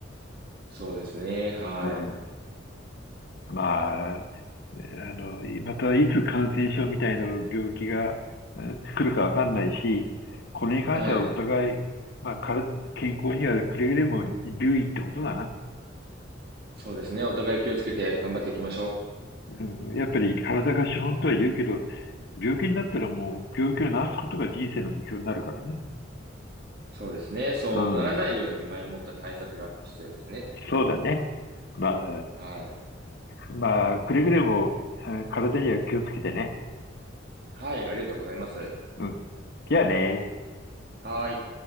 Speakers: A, on the right; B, on the left.
A: そうですね。はい。
B: う。うん。まあ、あの、またいつ感染症みたいな病気がえー来るかわかんないし、これに関してはお互い、
A: はい。
B: まあ、から健康にはくれぐれも留意ってことだな。
A: そうですね。お互い気をつけて頑張っていきましょ
B: うんやっぱり体が資本とは言うけど、病気になったらもう病気を治すことが人生の目標になるからね。
A: う。そうですね。そうならないように前もった対策が必要ですね。
B: うん。そうだね。まあ、
A: はい。
B: まあ、くれぐれもえー体には気をつけてね。
A: はい。ありがとうございます。
B: うん。じゃあね。
A: はい。